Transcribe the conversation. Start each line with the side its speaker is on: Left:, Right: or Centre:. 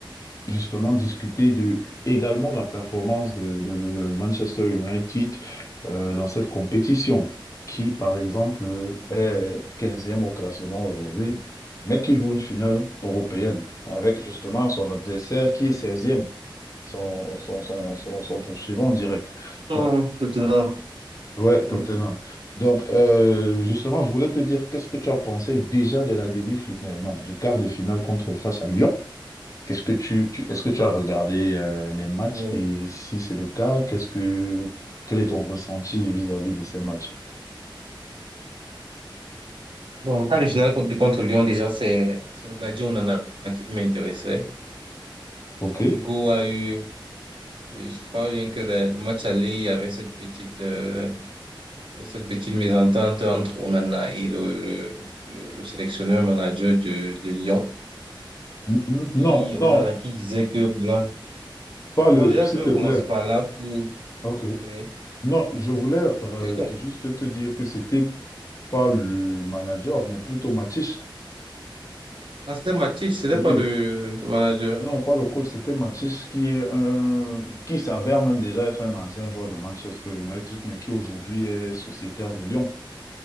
Left: justement discuter de également la performance de, de- de- de Manchester United euh, dans cette compétition, qui par exemple est quinzième au classement aujourd'hui,
Right: Mhm.
Left: mais qui joue une finale européenne avec justement son adversaire qui est seizième e son, son, son, son, son poursuivant direct.
Right: Mhm,
Left: Donc,
Right: Tottenham.
Left: ouais, Tottenham.
Right: Oui,
Left: Donc, euh, justement, je voulais te dire, qu'est-ce que tu as pensé déjà de la demi-finale, non, du quart de finale contre face à Lyon? Qu'est-ce que tu, tu- est-ce que tu as regardé euh, les matchs
Right: oui.
Left: et si c'est le cas, qu'est-ce que quel est ton ressenti vis-à-vis de ces matchs?
Right: Bon, le cas de finale contre, contre Lyon, déjà, c'est c'est le gardien Onana qui m'intéressait.
Left: OK.
Right: Son
Left: Et-
Right: ego a eu, je crois bien que le, le match aller, il y avait cette petite, euh, cette petite mésentente entre Onana et le, le, le- le sélectionneur manager de, de Lyon.
Left: n- n-
Right: Qui,
Left: Non,
Right: Onana
Left: non,
Right: qui disait que voilà,
Left: pas
Right: Bon,
Left: le,
Right: déjà,
Left: s'il
Right: je vais
Left: te plaît.
Right: commencer par là. pour-
Left: OK.
Right: Oui.
Left: Non, je voulais euh,
Right: Et com-
Left: te- juste te dire que c'était pas le manager, mais plutôt Matich.
Right: Ah, c'était Mathieu, ce n'est
Left: Oui.
Right: pas le, le manager.
Left: Non, pas le coach, c'était Matich qui est un, qui s'avère même déjà être un ancien joueur de Manchester United, mais qui aujourd'hui est sociétaire de Lyon.